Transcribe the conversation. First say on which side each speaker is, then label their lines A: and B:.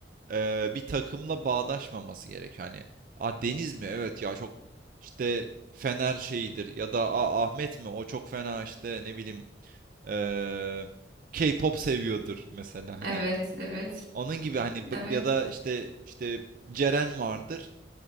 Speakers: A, on the right; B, on the right.
A: e, bir takımla bağdaşmaması gerek. Hani a Deniz mi? Evet ya çok işte Fener şeyidir ya da a Ahmet mi? O çok fena işte ne bileyim e, K-pop seviyordur mesela
B: Evet,
A: hani
B: evet,
A: onun gibi hani b-
B: evet.
A: ya da işte işte Ceren vardır.